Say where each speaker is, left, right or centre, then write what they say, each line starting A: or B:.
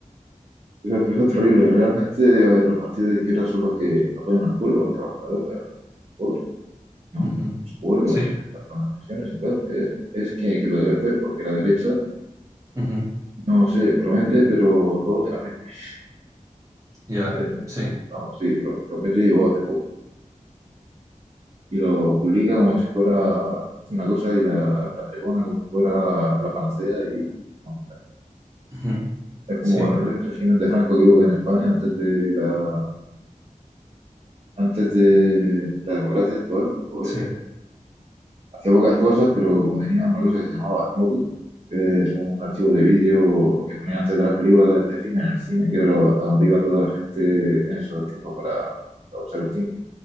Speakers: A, on the right (about 45°); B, on the right (about 25°).
A: Eso, eso es terrible. Realmente a ver, los partidos de izquierda son los que apoyan al pueblo, al trabajador, al pobre, ¿no?
B: Uh -huh.
A: Los abuelos,
B: Sí,
A: eh, con las pensiones y tal. Es, es que, que lo debe hacer, porque la derecha
B: uh -huh.
A: No sé, promete, pero luego te la metes.
B: ya, yeah.
A: Realmente.
B: sí,
A: Vamos, sí, pro- promete llegó hace poco. Y lo publica como si fuera una cosa y la, la pregona como si fuera la panacea. Y no,
B: uh -huh.
A: es como
B: sí,
A: con el re- régimen de Franco que hubo en España antes de la, antes de la democracia actual. Pues
B: sí,
A: hacía pocas cosas, pero como tenía una cosa que se llamaba Arnautu, que es un archivo de vídeo que ponían antes de las películas de, de cine en el cine, que era a donde iba toda la gente en esos tiempos para... para usar el tiempo